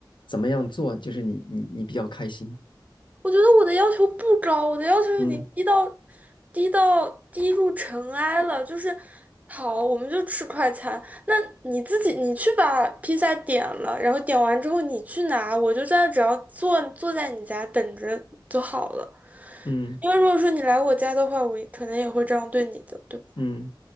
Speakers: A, on the left (about 65°); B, on the right (about 20°).
A: 怎么样做，就是你你你比较开心？
B: 我觉得我的要求不高，我的要求已经低到
A: 嗯
B: 低到低入尘埃了。就是好，我们就吃快餐，那你自己你去把披萨点了，然后点完之后你去拿，我就在那只要坐坐在你家等着就好了。
A: 嗯
B: 因为如果说你来我家的话，我也可能也会这样对你的，对吧？
A: 嗯，